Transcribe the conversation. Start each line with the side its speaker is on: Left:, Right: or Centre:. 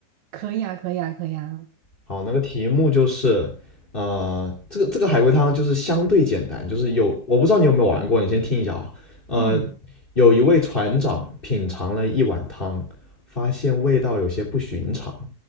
Right: 可以啊，可以啊，可以啊。
Left: 好，那个题目就是，呃，这个这个海龟汤就是相对简单，就是有我不知道你有没有玩过，你先听一下啊。呃，
Right: 嗯，
Left: 有一位船长品尝了一碗汤，发现味道有些不寻常，